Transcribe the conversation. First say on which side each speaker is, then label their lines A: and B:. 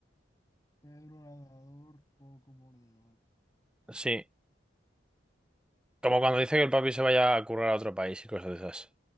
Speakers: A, on the left (about 15°); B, in the centre.
A: Pedro Ladrador, poco mordedor.
B: Sí. Como cuando dice que el papi se vaya a currar a otro país y cosas de esas.